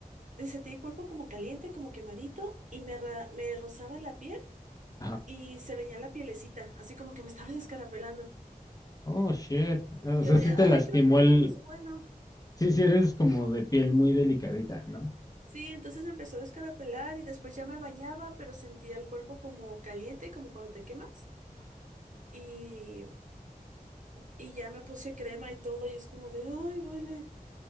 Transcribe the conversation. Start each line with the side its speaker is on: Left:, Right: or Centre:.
Right: sentí el cuerpo como caliente, como quemadito, y me, ra- me rozaba la piel
Left: ajá.
Right: y se venía la pielecita, así como que me estaba <laughs> descarapelando.
Left: Oh, shit. O
Right: Y yo
Left: sea,
Right: de,
Left: sí
Right: ay,
Left: te lastimó
Right: creo que esto
Left: el...
Right: no es bueno.
Left: Sí, sí eres como de piel muy delicadita, ¿no?
Right: Sí, entonces me empezó a descarapelar y después ya me bañaba, pero sentía el cuerpo como caliente, como cuando te quemas.
Left: Ajá,
Right: Y, y ya me puse crema y todo y es como de, ay, duele.